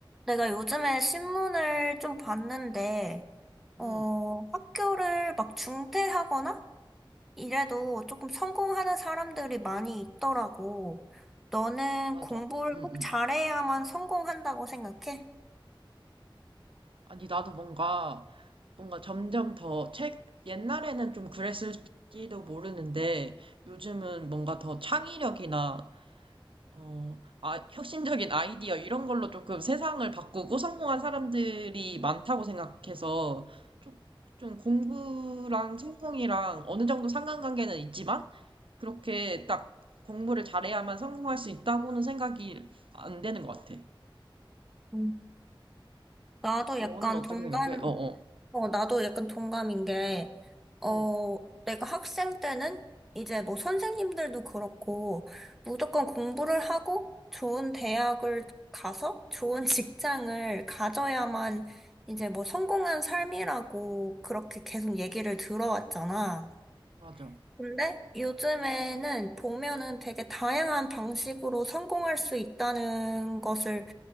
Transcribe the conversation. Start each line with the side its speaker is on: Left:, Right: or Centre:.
Centre: 내가 요즘에 신문을 좀 봤는데, 어,
Right: 응,
Centre: 학교를 막 중퇴하거나 이래도 조금 성공하는 사람들이 많이 있더라고. 너는
Right: 맞아.
Centre: 공부를
Right: 응,
Centre: 꼭
Right: 응.
Centre: 잘해야만 성공한다고 생각해?
Right: 아니, 나도 뭔가, 뭔가 점점 더 책, 옛날에는 좀 그랬을지도 모르는데, 요즘은 뭔가 더 창의력이나, 어, 아, 혁신적인 아이디어, 이런 걸로 조금 세상을 바꾸고 성공한 사람들이 많다고 생각해서, 좀, 좀 공부랑 성공이랑 어느 정도 상관관계는 있지만, 그렇게 딱 공부를 잘해야만 성공할 수 있다고는 생각이 안 되는 것 같아.
Centre: 음. 나도
Right: 너는
Centre: 약간
Right: 어떻게
Centre: 동감,
Right: 생각해? 어어.
Centre: 어, 나도 약간 동감인 게, 어,
Right: 응,
Centre: 내가 학생 때는 이제 뭐 선생님들도 그렇고, 무조건 공부를 하고 좋은 대학을 가서 좋은 <laughs> 직장을 가져야만 이제 뭐 성공한 삶이라고 그렇게 계속 얘기를 들어왔잖아.
Right: 맞아.
Centre: 근데 요즘에는 보면은 되게 다양한 방식으로 성공할 수 있다는 것을